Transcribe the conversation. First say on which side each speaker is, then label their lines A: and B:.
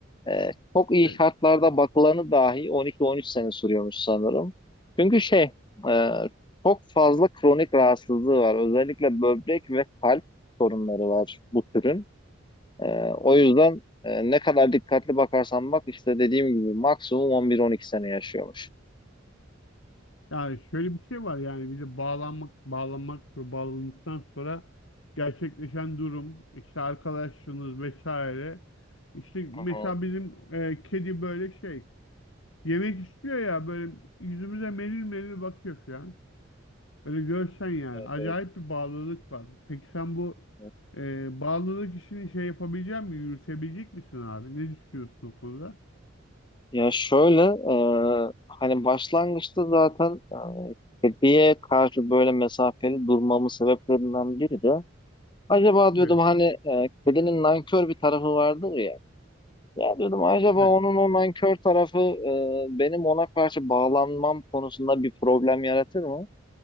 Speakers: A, on the left; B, on the left.
A: Ee, çok iyi
B: evet.
A: şartlarda bakılanı dahi 12-13 sene sürüyormuş sanırım. Çünkü şey, e, çok fazla kronik rahatsızlığı var. Özellikle böbrek ve kalp sorunları var bu türün. Ee, o yüzden e, ne kadar dikkatli bakarsan bak işte dediğim gibi maksimum 11-12 sene yaşıyormuş.
B: Yani şöyle bir şey var yani bir de bağlanmak, bağlanmak ve bağlandıktan sonra gerçekleşen durum, işte arkadaşlığınız vesaire. İşte mesela
A: Hı hı,
B: bizim e, kedi böyle şey yemek istiyor ya böyle yüzümüze melil melil bakıyor falan. Öyle görsen yani
A: evet,
B: acayip bir bağlılık var. Peki sen bu
A: evet.
B: e, bağlılık işini şey yapabilecek mi? Yürütebilecek misin abi? Ne düşünüyorsun o konuda?
A: Ya şöyle, e, hani başlangıçta zaten e, kediye karşı böyle mesafeli durmamın sebeplerinden biri de Acaba diyordum
B: Evet.
A: hani e, kedinin nankör bir tarafı vardır ya. Ya diyordum acaba
B: Evet.
A: onun o nankör tarafı e, benim ona karşı bağlanmam konusunda bir problem yaratır mı?